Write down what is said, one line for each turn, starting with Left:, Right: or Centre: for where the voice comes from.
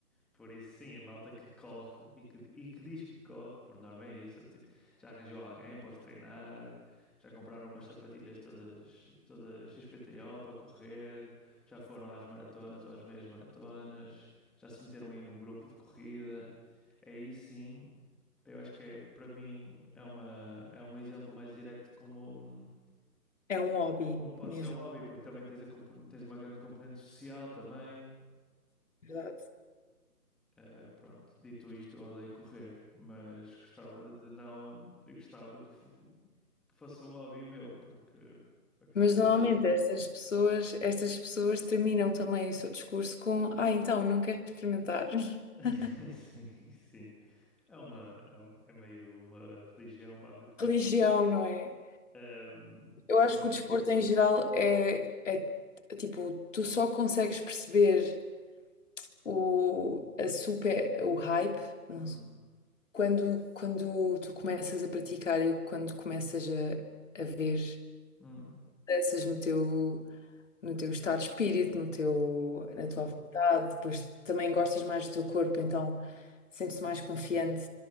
Centre: Por isso, sim, a malta que corre e que, e que diz que corre, por norma é isso. Tipo, já arranjou alguém para os treinar, já compraram umas sapatilhas todas, todas XPTO para correr, já foram às maratonas ou às meias maratonas, já se meteram aí num grupo de corrida. Aí sim, eu acho que é, para mim é uma, é um exemplo mais direto como,
Left: É um hobby
Centre: como pode
Left: mesmo,
Centre: ser um hobby, porque também tens, a componen- tens uma grande componente social também.
Left: na verdade.
Centre: Eh, pronto, dito isto, eu odeio correr, mas gostava de não, eu gostava que, fo- que fosse um hobby meu, porque por acaso
Left: Mas
Centre: preciso.
Left: normalmente essas pessoas, estas pessoas terminam também o seu discurso com, ah, então, não quero experimentar. <laughs>
Centre: <laughs> Sim, sim. É uma, é um- é meio uma religião barra culto.
Left: Religião, não é?
Centre: Ahm,
Left: Eu
Centre: se
Left: acho
Centre: bem.
Left: que o desporto em geral é, é tipo, tu só consegues perceber o, a super, o hype, não,
Centre: Uhum,
Left: Quando, quando tu começas a praticar e quando começas a, a ver
Centre: uhum,
Left: mudanças no teu, no teu estado de espírito, no teu,
Centre: uhum,
Left: na tua vontade, depois também gostas mais do teu corpo, então sentes-te mais confiante,